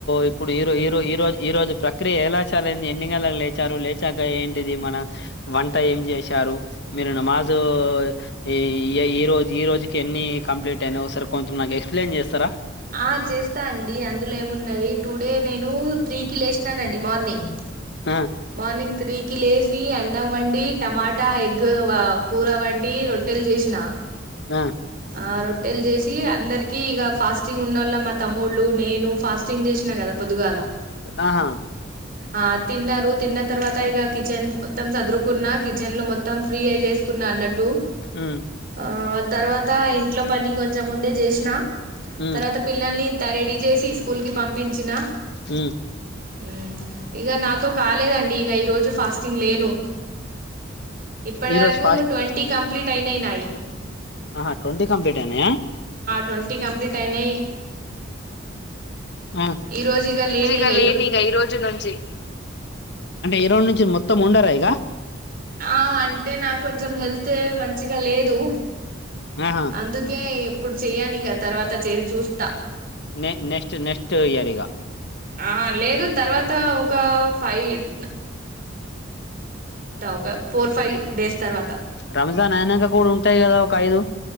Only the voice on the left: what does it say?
ఇప్పుడు ఈరొ ఈరో ఈరో ఈరోజు ప్రక్రియ ఎలా చాలంది. ఎన్ని గంటలకు లేచారు. లేచాక ఏంటిది మన వంట ఏం చేసారు. మీరు నమాజు ఈ ఈ రోజు ఈ రోజుకి ఎన్ని కంప్లీట్ అయినా ఓసారి కొంచం నాకు ఎక్సప్లయిన్ చేస్తారా.
ఆ
ఆ
ఆహా
ఉమ్
ఉమ్
హు
ఈరోజు ఫాస్ట్
ఆహా ట్వంటి కంప్లీట్ అయినాయ.
ఆ
రిగా
లేనిగా ఈ రోజు నుంచి ఈరోడ్ నుంచి మొత్తం ఉండరా. ఇగా
ఆహా
నె నెక్స్ట్ నెక్స్ట్ ఇయర్ ఇగ
రంజాన్ అయినాక కూడా ఉంటాయి కదా ఒక ఐదు